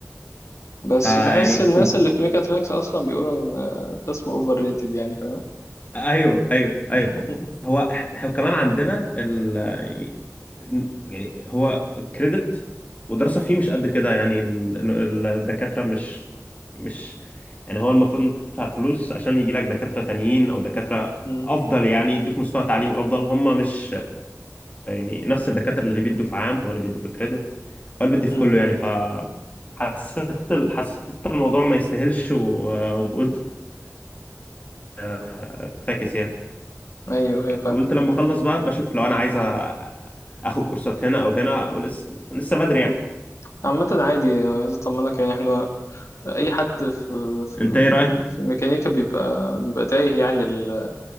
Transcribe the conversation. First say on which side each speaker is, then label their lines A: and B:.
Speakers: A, on the left (about 65°); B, on the left (about 30°).
A: بس
B: فيعني
A: بحس الناس
B: كنت
A: اللي في ميكاترونكس اصلا بيقولوا ان آه، قسم اوفر ريتد يعني فاهم
B: ايوه ايوه ايوه
A: <laughs>
B: هو احنا كمان عندنا ال يعني يعني هو كريدت ودراسه فيه مش قد كده يعني ال- ال- الدكاتره مش مش يعني هو المفروض انت تدفع فلوس عشان يجي لك دكاتره تانيين او دكاتره
A: مم.
B: افضل يعني يدوك مستوى تعليمي افضل هم مش يعني نفس الدكاتره اللي بيدوا في عام هو اللي بيدوا في كريدت هو اللي بيدي في
A: مم.
B: كله يعني ف حسيت ال- حسيت الموضوع ما يستاهلش و- وقلت آه، فاكس يعني
A: ايوه ايوه فاهم
B: وقلت لما اخلص بقى بشوف لو انا عايز أ- اخد كورسات هنا او هنا او لسه لسه بدري
A: مم.
B: يعني
A: عامة عادي عايز اطمنك يعني احنا اي حد في في
B: انت ايه رايك
A: في ميكانيكا بيبقى بيبقى تايه يعني ال-